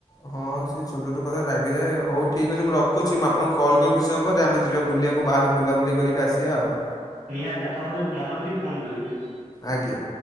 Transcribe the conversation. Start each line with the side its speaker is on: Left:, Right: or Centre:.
Left: ହଁ ସେ ଛୋଟ ଛୋଟ କଥାରେ ରାଗିଯାଏ ହଉ ଠିକ ଅଛି ମୁଁ ରଖୁଛି ମୁଁ ଆପଣଙ୍କୁ କଲ୍ ବି କିଛି ସମୟ ପରେ ଆମେ ଯିବା ବୁଲିବାକୁ ବାହାରେ ବୁଲାବୁଲି କରିକି ଆସିବା ଆଉ।
Right: ନିହାତି ଆପଣ ମତେ ମନ କରି ଫୋନ କରିବେ।
Left: ଆଜ୍ଞା।